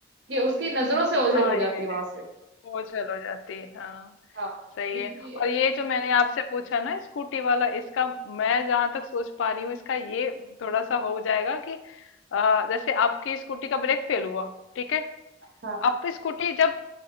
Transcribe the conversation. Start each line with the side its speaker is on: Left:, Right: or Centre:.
Right: कि उसकी नजरों से ओझल
Left: हाँ
Right: हो जाती
Left: ये
Right: वहां
Left: है
Right: से
Left: वो चल हो जाती है हाँ
Right: हाँ
Left: सही
Right: क्योंकि
Left: है और ये जो मैंने आपसे पूछा ना स्कूटी वाला इसका मैं जहां तक सोच पा रही हूँ इसका ये थोड़ा सा हो जाएगा कि अ, जैसे आपकी स्कूटी का ब्रेक फेल हुआ ठीक है
Right: हाँ
Left: आप स्कूटी जब